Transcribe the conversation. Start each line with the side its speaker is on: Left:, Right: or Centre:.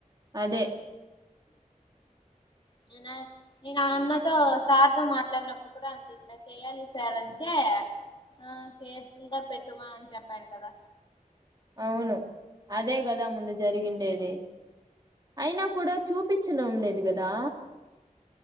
Right: అదే
Left: నేనా నేన్ ఆ అన్న తో సార్ తో మాట్లాడినప్పుడు కూడా అంతే ఇట్లా చేయాలి సార్ అంటే ఆ కేర్ఫుల్ గా పెట్ టుమా అని చెప్పారు కదా
Right: అవును అదే కదా ముందు జరిగిండేది, అయినా కూడా చూపించడం లేదు కదా.